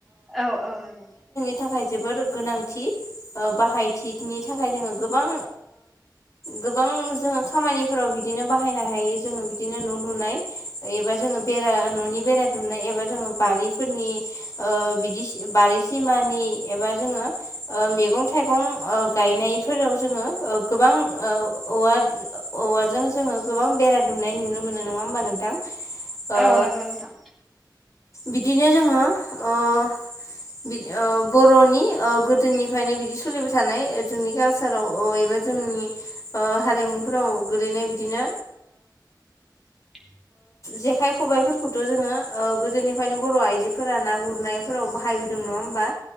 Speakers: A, in the centre; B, on the left.
A: औ-औ नंगौ
B: नि थाखाय जोबोर गोनांथि बाहायथिनि थाखाय जोङो गोबां गोबां जोङो खामानिफोराव बिदिनो बाहायनो हायो जोङो बिदिनो न' लुनाय एबा जों बेरा न'नि बेरा दुमनाय एबा जोङो बारिफोरनि बिदि बारि सिमानि एबा जोङो मैगं थाइगं गायनायफोराव जोङो गोबां औवा औवाजों जोङो गोबां बेरा दुमनाय नुनो मोनो नङा होमबा नोंथां ओ
A: औ नंगौ नोंथां
B: बिदिनो जोङो ओ बर'नि गोदो नि बिदि स सलिबाय थानाय जोंनि कालसाराव एबा जोंनि हारिमुफोराव गोलैनाय बिदिनो
A: <inaudible>
B: जेखाय खबाइफोरखौथ' जोङो गोदोनिफ्रायनो बर' आइजोफोरा ना गुरनायफोराव बाहाय बोदों नङा होमबा